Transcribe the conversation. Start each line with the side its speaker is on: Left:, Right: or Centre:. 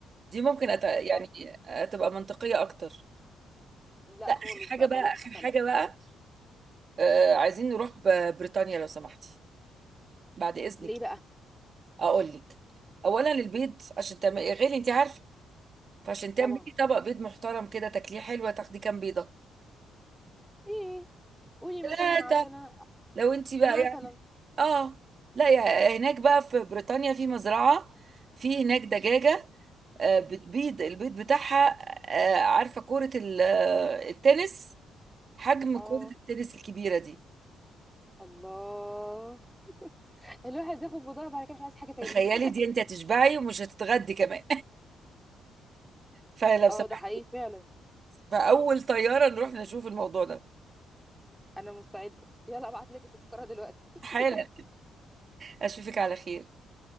Right: دي ممكن أت... يعني
Centre: بالظبط
Right: تبقى منطقيه اكتر
Centre: لا
Right: لا اخر
Centre: خالص
Right: حاجه
Centre: بقى
Right: بقى
Centre: ده اللي ما
Right: اخر
Centre: حصلش
Right: حاجه بقى آه، عايزين نروح ب- بريطانيا لو سمحتي بعد اذنك
Centre: ليه بقى
Right: اقول لك اولا البيض عشان تعملي غالي انت عارفه فعشان تعملي
Centre: طبعا
Right: طبق بيض محترم كده تاكليه حلوه تاخدي كام بيضه
Centre: ايه قولي
Right: ثلاثه
Centre: مثلا عشان أنا
Right: لو انت بقى
Centre: مثلا
Right: يعني اه لا يا هناك بقى في بريطانيا في مزرعه في هناك دجاجه آه، بتبيض البيض بتاعها آه، عارفه كره ال- آه، التنس حجم
Centre: اه
Right: كره التنس الكبيره دي
Centre: الله الواحد ياخد بضاعة بعد كده مش عايز حاجة تاني
Right: تخيلي
Centre: <laughs>
Right: دي انت هتشبعي ومش هتتغدي كمان <laughs> فلو سمحت
Centre: اه ده حقيقي فعلا
Right: فاول طياره نروح نشوف الموضوع ده
Centre: انا مستعدة يلا ابعت لك التذكرة دلوقتي <laughs>
Right: حالا اشوفك على خير